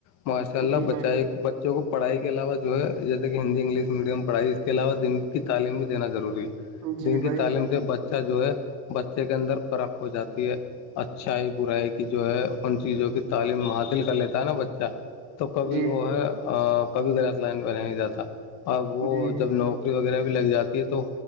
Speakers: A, on the left; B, on the right.
A: ماشاء اللہ
B: جی
A: بچائے
B: بھائی
A: وں کو پڑھائی کے علاوہ جو ہے جیسے کہ ہند انگلش میڈیم پڑھائی اس کے علاوہ دن کی تعلیم بھی دینا ضروری ہے
B: جی
A: دن کی
B: بھائی
A: تعلیم
B: جی
A: سے بچہ جو ہے بچے کے اندر فرخ ہو جاتی ہے اچھائی برائی کی جو ہے ان چیزوں کی تعلیم حاصل کر لیتا ہے نا بچہ تو کبھی
B: جی
A: وہ ہے کبھی غلط لائن پہ نہیں جاتا اب وہ
B: جی
A: جب نوک پری وغیرہ بھی لگ جاتی ہے تو